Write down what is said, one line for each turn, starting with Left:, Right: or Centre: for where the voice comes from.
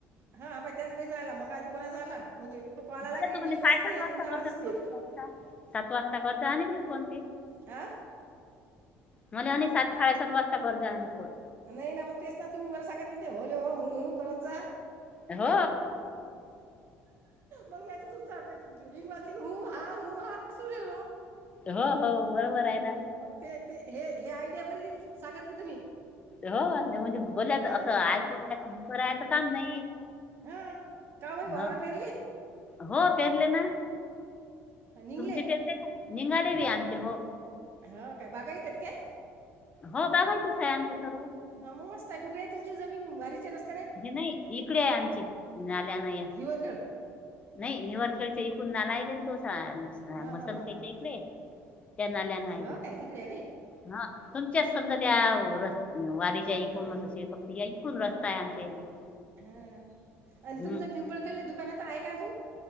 Right: हा प त्याच बई जायला मग आधी कोणा जायला म्हणजे. तो कॉल आला
Left: बला
Right: की नाही
Left: तु
Right: ढिंग
Left: म्ह
Right: वाजते
Left: साडेसात वाजता
Right: तुमचा आवाजच
Left: करज
Right: नाही येत
Left: वा सात वाजता करज आणि मी कोण ते.
Right: आ.
Left: मला आणि सात साडेसात वाजता पर जा आणि फोन.
Right: नाही ना मग तेच ना तुम्ही बरं सांगितलं ते होले हो ह हो करत जा.
Left: हो.
Right: मग नाही तू ज त लिंग वाजली ह हा ह हाूेलो.
Left: हो हो बरोबर आहे ना.
Right: ते ते हे हे आयडिया बर सांगितली तुम्ही.
Left: हो म्हणजे बोलच
Right: हां
Left: असं ऐकूरायचं का नाही.
Right: हा का भाई बावर
Left: ह
Right: फरले.
Left: हो पेरले ना
Right: निघले
Left: तुमचे पेरले ना निघाले बी आमचे हो.
Right: हा काय बागा यितात काय.
Left: हो काघाय त सं स.
Right: हा मग मस्त कुकडे तुमची जमीन वारीचेर अस.
Left: ह नाही इकडे आहे आमची नाल्यान या
Right: हिवर खेळ
Left: नाही ह व खे इकून ना <unintelligible>
Right: हां
Left: मसम
Right: हां हां
Left: कयच्या इकडे त्या नाल्यान आहे
Right: हां
Left: ते
Right: हो काय तिकडे आहे नाही
Left: हा तुमच्या समजा त्यास् वारीच्या एकूणचे
Right: हा ना हा
Left: फक्त ह एकूण
Right: ना
Left: रस्ता
Right: हो काय
Left: आहे. याले
Right: हा हा आणि
Left: हम्म
Right: तुमच पिंपळ खल्ली दुकानात आहे का अजून.